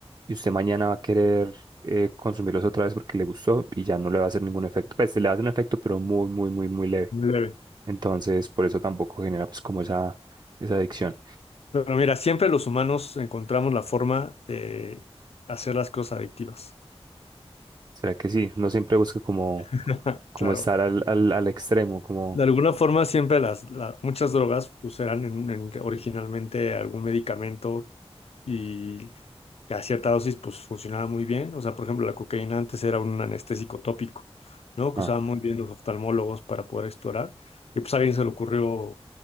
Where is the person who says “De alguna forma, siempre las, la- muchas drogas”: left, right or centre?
Left